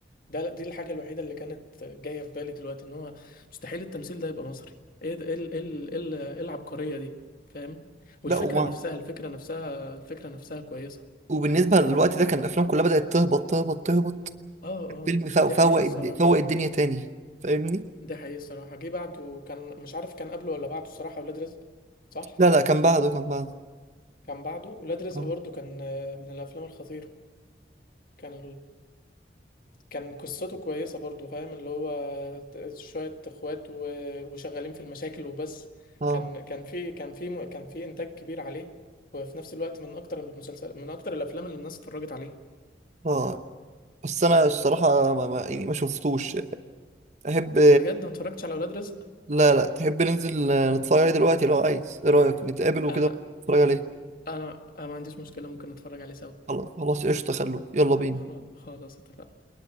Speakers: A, on the left; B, on the right.
A: ده دي الحاجة الوحيدة اللي كانت جاية في بالي دلوقتي ان هو مستحيل التمثيل ده يبقى مصري ايه ده ايه ال- ايه ال- ايه ال- إيه العبقرية دي فاهم والفكرة
B: لا وما
A: نفسها الفكرة نفسها الفكرة نفسها كويسة
B: وبالنسبه للوقت ده كان الافلام كلها بدات تهبط تهبط تهبط
A: اه اه
B: فيلم فوق
A: دي
B: فوق
A: حقيقة الصراحة
B: الد- فوق الدنيا تاني فاهمني
A: دي حقيقة الصراحة جه بعده كان مش عارف كان قبله ولا بعده الصراحة ولاد رزق صح
B: لا لا كان بعده كان بعده
A: كان بعده ولاد رزق
B: اه
A: برضه كان آه، من الأفلام الخطيرة كان كان قصته كويسة برضو فاهم اللي هو شوية اخوات و... وشغالين في المشاكل وبس
B: اه
A: كان كان في كان في كان في انتاج كبير عليه وفي نفس الوقت من اكتر المسلسل من اكتر الافلام اللي الناس اتفرجت عليه
B: اه بس انا الصراحه ما ما, يعني ما شفتوش احب
A: بجد ما اتفرجتش على اولاد رزق
B: لا لا تحب ننزل نتفرج عليه دلوقتي لو عايز ايه رايك نتقابل وكده
A: انا
B: نتفرج عليه
A: انا انا ما عنديش مشكلة ممكن اتفرج عليه سوا
B: خلاص خلاص قشطه خلوه
A: خ-
B: يلا بينا
A: خ- خلاص اتفقنا